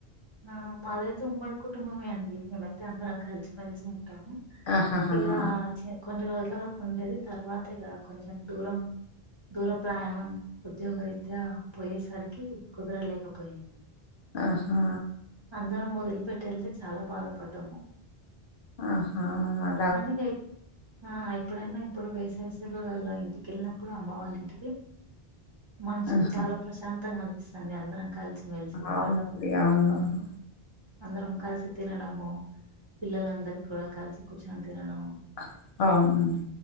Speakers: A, on the right (about 35°); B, on the left (about 65°).
A: ఆ మాదైతే ఉమ్మడి కుటుంబమే అండి మేమైతే అందరం కలిసి మెలిసి ఉంటాము
B: ఆహాహాహా.
A: ఇగా చ్చి కొన్ని రోజుల వరకు ఉంటది తర్వాత ఇగ కొంచం దూరం దూర ప్రయాణం ఉద్యోగరీత్యా పోయేసరికి కుదరలేకపోయిం
B: ఆహా
A: అందరం వదిలిపెట్టి ఎళ్తే చాలా బాధపడ్డము
B: ఆహా అ
A: కానీ ఇగ ఆ ఎప్పుడైనా ఇప్పుడు వేసవి సెలవులలో ఇంటికెళ్ళినప్పుడు అమ్మ వాళ్ళ ఇంటికి మనసుకి
B: ఆహా.
A: చాలా ప్రశాంతంగా అనిపిస్తాంది అందరం కలిసిమెలిసి ఉండడం
B: అవునండి అవునవును
A: అందరం కలిసి తినడము పిల్లలందరు కూడా కలిసి కూర్చొని తినడము
B: అ అవును